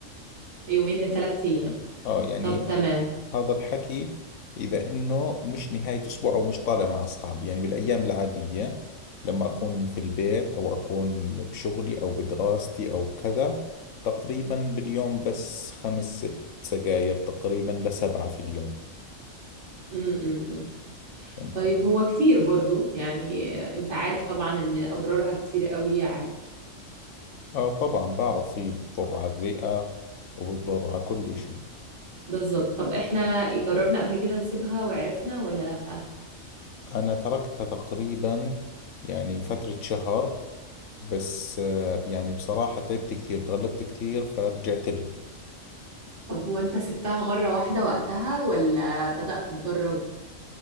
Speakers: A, on the right; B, on the left.
A: يومين لثلاث أيام
B: اه يعني
A: طب تمام
B: هذا الحكي اذا انه مش نهاية اسبوع او مش طالع مع اصحابي يعني بالايام العادية لما اكون في البيت او اكون بشغلي او بدراستي او كذا تقريبا باليوم بس خمس ست سجاير تقريبا لسبعة في اليوم
A: م -م -م.
B: فهمت
A: طيب هو كتير برضو يعني آه، انت عارف طبعا ان اضرارها كتير قوي على
B: اه طبعا بعرف في بضر على الرئة وبضر على كل اشي
A: بالظبط طب احنا جربنا قبل كده نسيبها وعرفنا ولا لا
B: انا تركتها تقريبا يعني فترة شهر بس آه يعني بصراحة تعبت كثير تغلبت كثير فرجعت لها
A: طب هو انت سبتها مرة واحدة وقتها ولا بدأت تتدرب